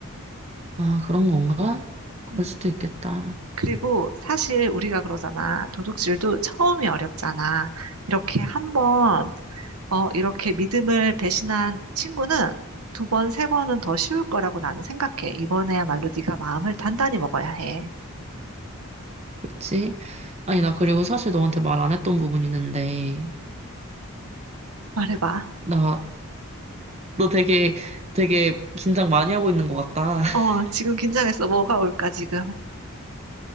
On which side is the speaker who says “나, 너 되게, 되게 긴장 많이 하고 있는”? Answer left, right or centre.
Right